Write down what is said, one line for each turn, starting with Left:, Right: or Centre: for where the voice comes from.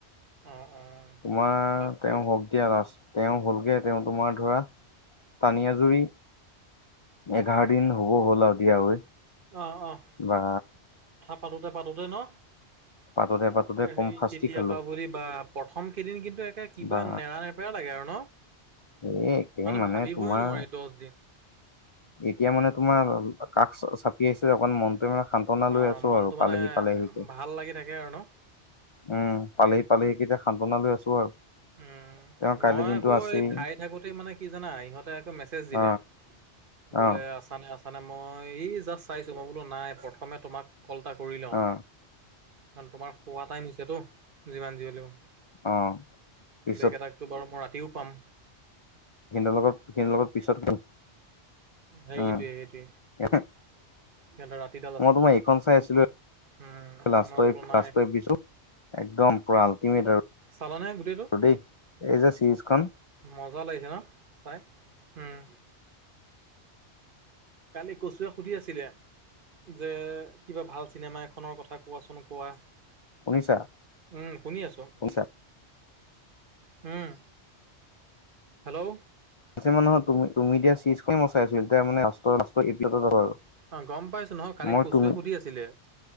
Right: অঁ অঁ
Left: তোমাৰ
Right: তাকে
Left: তেওঁ হক দিয়া ৰাজ তেওঁ হ'লগে তেওঁ তোমাৰ ধৰা টানি আজুৰি এঘাৰ দিন হব হ'ল আৰু দিয়া ঐ।
Right: অ', অ',
Left: বা
Right: পাতোতে-পাতোতে ন
Left: পাতোতে পাতোতে
Right: ত
Left: কম
Right: সেই
Left: শাস্তি
Right: তেতিয়া
Left: খালো
Right: পা বাপ <unintelligible> প্ৰথম কেইদিন কিন্তু একে কিবা,
Left: বা
Right: নেৰা নেপেৰা লাগে আৰু ন?
Left: এই একে
Right: মানে ভাবিবই
Left: তোমাৰ
Right: নোৱাৰি দস দিন।
Left: এতিয়া মানে তোমাৰ কাষ চাপি আহিছে অকণ মনটো মানে শান্ত সান্তনা
Right: অঁ
Left: লৈ আছো
Right: মনটো
Left: আৰু
Right: মানে
Left: পালেহি-পালেহিকে।
Right: ভাল লাগি থাকে আৰু ন
Left: উম, পালেহ- পালেহি কেইসান্তনা লৈ আছো আৰু।
Right: উম,
Left: তেওঁ কাইলৈ
Right: মই
Left: দিনটো
Right: আকৌ
Left: আছেই
Right: এই খাই থাকোতে মানে কি জানা ইহঁতে আকৌ মেছেজ
Left: অ
Right: দিলে। বোলে
Left: অ
Right: আছানে-আছানে মই এই জাষ্ট চাইছো মই বোলো নাই প্ৰথমে তোমাক কল এটা কৰি লও
Left: অ
Right: কাৰণ তোমাৰ শুৱা টাইম হৈছেতো যিমান যি হ'লেও।
Left: অ', পিছত
Right: বেগ এটাকটো বাৰু মই ৰাতিও পাম।
Left: ভিনিদেও লগত-ভিনিদেও লগত পিছত কেম
Right: সেইটোৱে
Left: উম,
Right: সেইটোৱে
Left: মই তোমাৰ <unintelligible>
Right: সিহঁতৰ ৰাতিডাল আছেতো
Left: এইখন চাই আছিলো।
Right: উম,
Left: লাষ্ট
Right: মই বোলো নাই
Left: ছাবস্ক্ৰাইব লইছো একদম পৰা আল্টিমেট আৰু <unintelligible>
Right: চালানে গোটেইটো?
Left: গোটেই এই যে চিৰিজখন
Right: মজা লাগিছে ন চাই। উম, কালি কচুৱে সুধি আছিলে। যে কিবা ভাল চিনেমা এখনৰ কথা কোৱাচোন-কোৱা?
Left: শুনিছা
Right: উম, শুনি আছো।
Left: শুনিছা
Right: উম, হেল্ল',
Left: ছে মানুহ তুমিদিয়া চিজখন মই চাই আছিল তাৰ মানে লাষ্ট লাষ্ট ইপিচদ ত আৰু <unintelligible>
Right: অ, গম পাইছো নহয় কালি
Left: মই
Right: কচুৱে
Left: তুমি
Right: সুধি আছিলে,